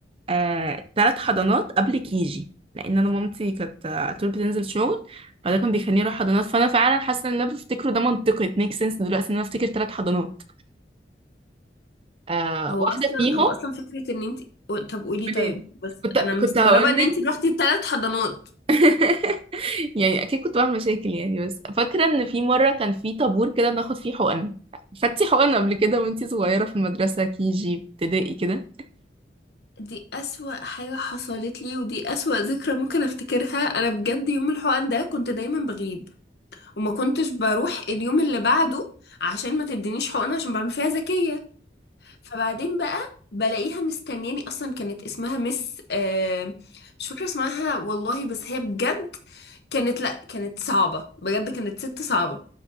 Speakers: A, on the right; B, on the left.
A: آه ثلاث حضانات قبل كيجي لان انا مامتي كانت آه، على طول بتنزل شغل فده كان بيخليني اروح حضانات فانا فعلا حاسه ان اللي انا بفتكره ده منطقي it makes sense دلوقتي ان انا افتكر ثلاث حضانات آه
B: هو
A: واحده
B: اصلا
A: فيهم
B: هو اصلا فكره ان انت طب قولي
A: قوليلي
B: طيب بس
A: كنت
B: انا مستغربه
A: كنت هقول
B: ان
A: لك
B: انت روحتي ثلاث حضانات
A: <laughs> يعني اكيد كنت بعمل مشاكل يعني بس فاكره ان في مره كان في طابور كده بناخد فيه حقن خدتي حقن قبل كده وانتي صغيره في المدرسه كي جي ابتدائي كده
B: دي اسوأ حاجه حصلت لي ودي اسوأ ذكرى ممكن افتكرها انا بجد يوم الحقن ده كنت دايما بغيب وما كنتش بروح اليوم اللي بعده عشان ما تدينيش حقنه عشان بعمل فيها ذكيه فبعدين بقى بلاقيها مستنياني اصلا كانت اسمها مس آه مش فاكره اسمها والله بس هي بجد كانت لا كانت صعبه بجد كانت ست صعبه